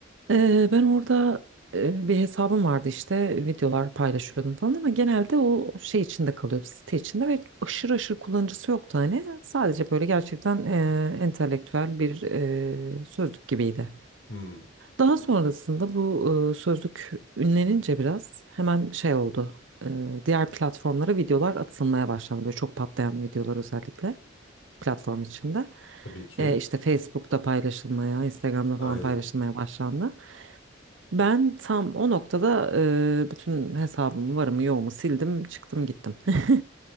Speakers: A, on the right (about 75°); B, on the left (about 80°).
A: E, ben orada e, bir hesabım vardı işte videolar paylaşıyordum falan ama genelde o şey içinde kalıyordu site içinde ve aşırı aşırı kullanıcısı yoktu hani. Sadece böyle gerçekten e, entelektüel bir e, sözlük gibiydi.
B: hmm.
A: Daha sonrasında bu e, sözlük ünlenince biraz hemen şey oldu. E, diğer platformlara videolar atılmaya başlandı. Böyle çok patlayan videolar özellikle platform içinde.
B: Tabii ki.
A: E, işte Facebook'ta paylaşılmaya, Instagram'da
B: Aynen.
A: falan paylaşılmaya başlandı. Ben tam o noktada e, bütün hesabımı, varımı, yoğumu sildim, çıktım gittim. <laughs>